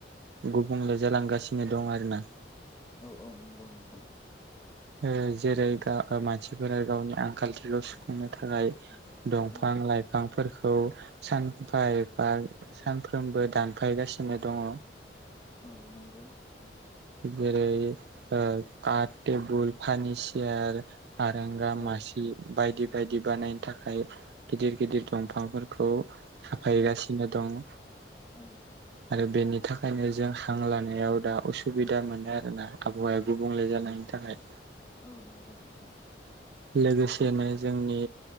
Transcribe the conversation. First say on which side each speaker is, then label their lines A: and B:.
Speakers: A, on the right (about 65°); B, on the left (about 15°).
A: गुबुंले जालांगासिनो दं आरोना।
B: औ औ नोंगौ नोंथां।
A: ओ जेरै गा ओ मानसिफोरा गावनि आंखालथिखौ सुफुंनो थाखाय दंफां
B: औ
A: लाइफांफोरखौ सानफा एफा सानफ्रोमबो दानफायगासिनो दङ'।
B: औ नोंगौ
A: जेरै ओ काट, टेबुल, फानिसियार आरांगा,
B: औ
A: मासि बे बायदि बायदि बानायनो थाखाय गिदिर गिदिर दंफांफोरखौ हाफायगासिनो
B: औ
A: दं।
B: औ
A: आरो बेनि थाखायनो जों हां लानायाव दा उसु सुबिदा मोनो आरोोना आबहावाया गुबुंले जानायनि थाखाय।
B: औ नोंगौ नोंथां।
A: लोगोसेनो जोंनि